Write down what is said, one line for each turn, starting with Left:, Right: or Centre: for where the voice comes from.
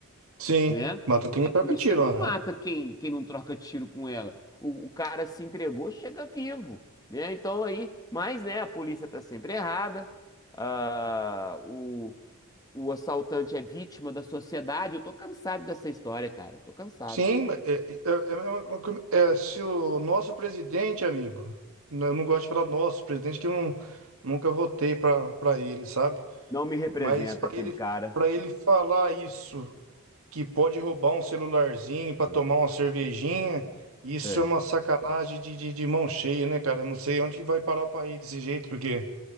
Right: Sim.
Left: né?
Right: Mata tem
Left: A polícia
Right: troca tiro,
Left: não
Right: né?
Left: mata quem, quem não troca tiro com ela. O, o cara se entregou, chega vivo, né? Então aí, mas né, a polícia tá sempre errada, ah, o, o assaltante é vítima da sociedade. Eu tô cansado dessa história, cara. Tô cansado.
Right: Sim, mas é, é, é, a mesma é, se o nosso presidente, amigo, n- eu não gosto de falar nosso presidente, que eu não, nunca votei para para ele, sabe?
Left: Não me representa
Right: Mas para
Left: aquele
Right: ele,
Left: cara.
Right: para ele falar isso, que pode roubar um celularzinho para
Left: É.
Right: tomar uma cervejinha, isso
Left: É.
Right: é uma sacanagem de, de, de mão cheia, né, cara? Eu não sei onde que vai parar o país desse jeito, porque